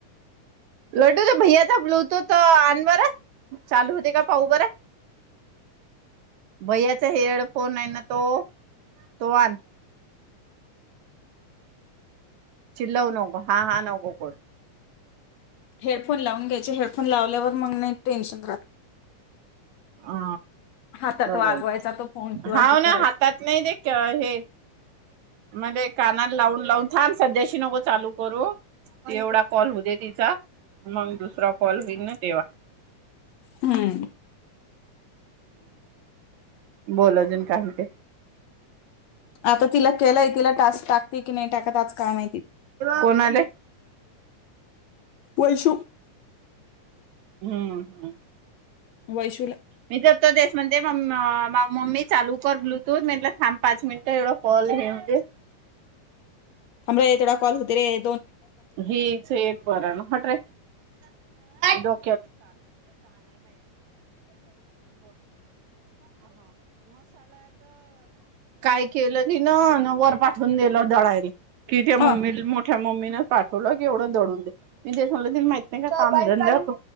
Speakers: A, on the right; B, on the left.
A: लटू तर भय आता ब्लूतूथ आण बर चालू होते का पाह बर भयाचा हेडफोन आहे ना तो तो वान चिल्लव नो हा हा नघो को
B: हेडफोन लावून घ्यायचे हेडफोन लावल्यावर मग नाही टेन्शन राहत
A: ह
B: हातात
A: बरोबर
B: वागवायचा तो फोन किंवा
A: हाव
B: हे
A: ना
B: करायचं
A: हातात नाही ते हे मध्ये काना लावून लावून छान सध्याशी नको चालू करू एवढा कॉल हो दे तिचा मग दुसरा कॉल होईल ना तेव्हा
B: हम्म
A: बोला अजून काही ते
B: आता तिला केलाय तिला टास्क टाक ी नाही टाकत आज काय माहि
A: कोण आले
B: पैश
A: हम्म हम्म
B: वैशल
A: मी तरतो देश म्हण ते म मम्मी चालू कर ब्लूतूथ म ाम पाच मिनट एवढ कॉल हेतेे
B: थोा कॉल होततीे
A: हेच एक वरण म्हट रे म का के वर पाठवून दिल जळाल कितीे मम्मी
B: अ
A: मोठ्या मम्मीन पाठवलं की एवढं दडून दे मी ते सग माहित नाही कामधंद